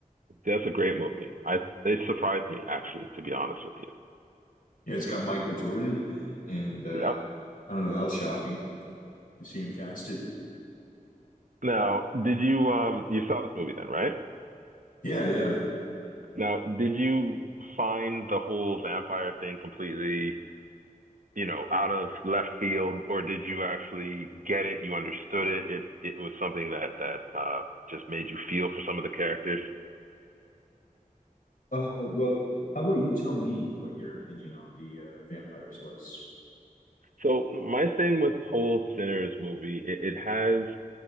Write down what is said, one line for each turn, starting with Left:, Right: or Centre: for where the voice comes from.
Right: That's a great movie. I it surprised me actually, to be honest with you.
Left: Yeah, it's got Michael Jordan in it, and uh,
Right: Yep.
Left: I don't know, that was shocking to see him casted.
Right: Now, did you um you saw this movie then, right?
Left: Yeah, yeah.
Right: Now, did you find the whole vampire thing completely, you know, out of left field, or did you actually get it? You understood it. It it was something that that uh just made you feel for some of the characters.
Left: Uh, well, how about you tell me what your opinion on the uh, vampires was?
Right: So my thing with whole Sinners movie, it, it has